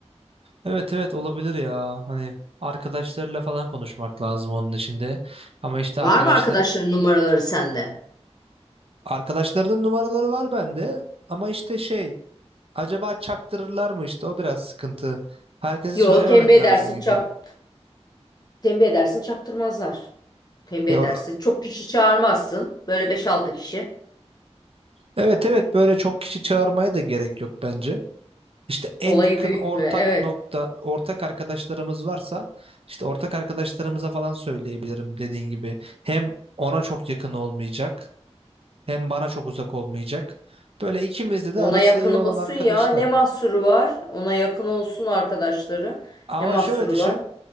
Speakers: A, on the right; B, on the left.
A: Evet evet olabilir ya. Hani arkadaşlarıyla falan konuşmak lazım onun içinde. Ama işte
B: Var
A: arkadaşlar
B: mı arkadaşların numaraları sende?
A: arkadaşlarının numaraları var bende. Ama işte şey acaba çaktırırlar mı işte o biraz sıkıntı. Herkese
B: Yo,
A: söylememek
B: tembih edersin
A: lazım gibi.
B: çap. Tembih edersin çaktırmazlar. Tembih
A: Ya
B: edersin.
A: or-
B: Çok kişi çağırmazsın. Böyle beş altı kişi.
A: Evet evet böyle çok kişi çağırmaya da gerek yok bence. İşte
B: Olayı
A: en yakın
B: büyütme.
A: ortak
B: Evet.
A: nokta, ortak arkadaşlarımız varsa işte ortak arkadaşlarımıza falan söyleyebilirim dediğin gibi. Hem ona çok yakın olmayacak, hem bana çok uzak olmayacak. Böyle ikimizde
B: Ona
A: de arası
B: yakın
A: iyi olan
B: olsun
A: arkadaşlar.
B: ya. Ne mahsuru var? Ona yakın olsun arkadaşları.
A: Ama
B: Ne mahsuru
A: şöyle düşün.
B: var?